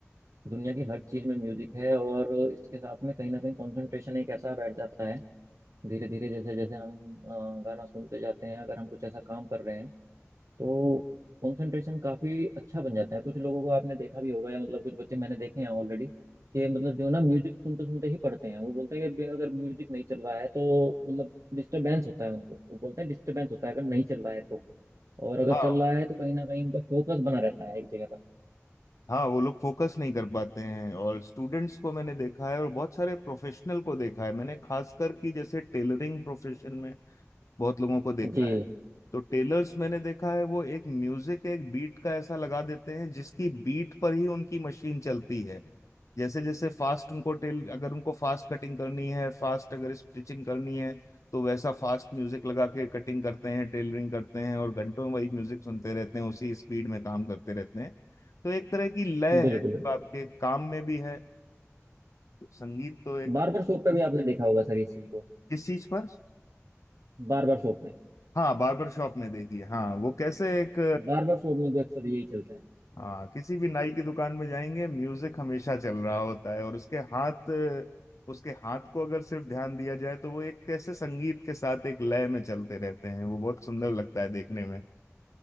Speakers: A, on the right; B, on the left.
A: दुनिया की हर चीज में म्यूजिक है और इसके साथ में कहीं ना कहीं कंसंट्रेशन एक ऐसा बैठ जाता है धीरे धीरे जैसे जैसे हम अ, गाना सुनते जाते हैं अगर हम कुछ ऐसा काम कर रहे हैं तो कंसंट्रेशन काफी अच्छा बन जाता है कुछ लोगों को आपने देखा भी होगा या मतलब कुछ बच्चे मैंने देखे हैं ऑलरेडी कि मतलब जो ना म्यूजिक सुनते सुनते ही पढ़ते हैं वो बोलते हैं कि बे- अगर म्यूजिक नहीं चल रहा है तो मतलब डिस्टरबेंस होता है उनको वो बोलते हैं डिस्टरबेंस होता है अगर नहीं चल रहा है तो और अगर
B: हाँ
A: चल रहा है तो कहीं ना कहीं उनका फोकस बना रहता है एक जगह पर
B: हाँ वो लोग फोकस नहीं कर पाते हैं और स्टूडेंट्स को मैंने देखा है और बहुत सारे प्रोफेशनल को देखा है मैंने खासकर कि जैसे टेलरिंग प्रोफेशन में बहुत लोगों को देखा
A: जी
B: है तो टेलर्स मैंने देखा है वो एक म्यूजिक एक बीट का ऐसा लगा देते हैं जिसकी बीट पर ही उनकी मशीन चलती है जैसे जैसे फास्ट उनको टेल अगर उनको फास्ट कटिंग करनी है फास्ट अगर स्टिचिंग करनी है तो वैसा फास्ट म्यूजिक लगा के कटिंग करते हैं टेलरिंग करते हैं और घंटों वही म्यूजिक सुनते रहते हैं उसी स्पीड में काम करते रहते हैं तो एक तरह की लय
A: बिल्कुल
B: है जो आपके काम में भी है तो संगीत तो एक
A: बार्बर शॉप पे भी आपने देखा होगा सर इस चीज को
B: किस चीज पर
A: बार्बर शॉप में
B: हाँ बार्बर शॉप में देखिए हाँ वो कैसे एक
A: बार्बर शॉप में भी अक्सर यही चलता है
B: हाँ किसी भी नाई की दुकान में जाएंगे म्यूजिक हमेशा चल रहा होता है और उसके हाथ उसके हाथ को अगर सिर्फ ध्यान दिया जाए तो वो एक कैसे संगीत के साथ एक लय में चलते रहते हैं वो बहुत सुंदर लगता है देखने में